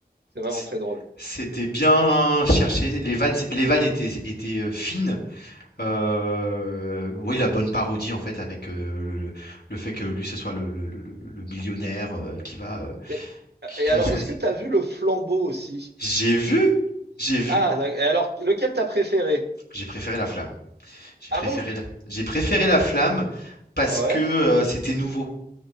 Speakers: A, on the right; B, on the left.
A: c'est vraiment
B: c-
A: très drôle.
B: c'était bien cherché. Les vannes, c'est- les vannes étaient, étaient euh, fines. Euh, oui, la bonne parodie en fait, avec euh, le, le- le fait que lui ce soit le, le- le- le- le millionnaire euh, qui va euh,
A: Mais
B: qui
A: et
B: qui
A: alors
B: va choisir.
A: est-ce que t'as vu Le Flambeau aussi?
B: J'ai vu, j'ai vu,
A: Ah da et alors lequel t'as préféré?
B: j'ai préféré la flamme. J'ai
A: Ah
B: préféré
A: bon?
B: la... j'ai préféré la flamme parce
A: Ouais.
B: que euh, c'était nouveau.